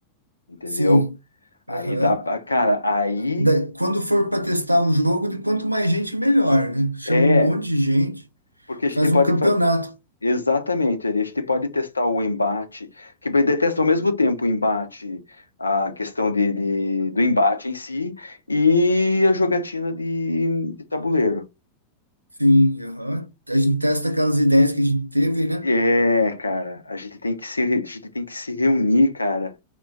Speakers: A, on the left; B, on the right.
A: entendeu?
B: Sim. Aham.
A: Aí dá, pra- cara, aí
B: Da- quando for para testar um jogo, de quanto mais gente, melhor, né? Chama
A: é
B: um monte de gente,
A: Porque a
B: faz
A: gente pode
B: um campeonato.
A: fazer. Exatamente, Eli, a gente pode testar o embate, que ele detesta ao mesmo tempo o embate, a questão de, de- do embate em si e a jogatina de, de tabuleiro.
B: Sim, aham. A gente testa aquelas ideias que a gente teve, né?
A: É, cara, a gente tem que se, a gente tem que se reunir, cara,